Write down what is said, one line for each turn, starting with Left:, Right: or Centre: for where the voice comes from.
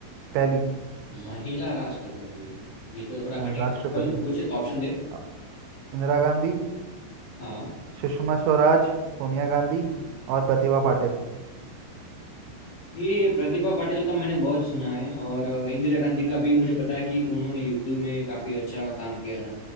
Right: पहली
Left: महिला राष्ट्रपति ये तो थोड़ा
Right: हाँ,
Left: कठिन
Right: राष्ट्रपति
Left: है चल कुछ ऑप्शन दे
Right: अ, इंदिरा गांधी
Left: हाँ
Right: सुषमा स्वराज सोनिया गांधी और प्रतिभा पाटिल
Left: ये प्रतिभा पाटिल का मैंने बहुत सुना है और इंदिरा गांधी का भी मुझे पता है कि उन्होंने युद्ध में काफी अच्छा काम किया था